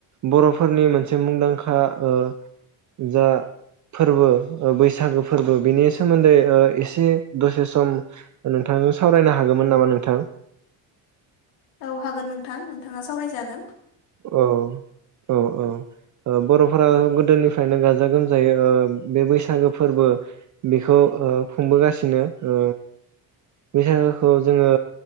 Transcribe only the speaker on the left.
औ हागोन नोंथां नोंथाङा सावरायजागोन।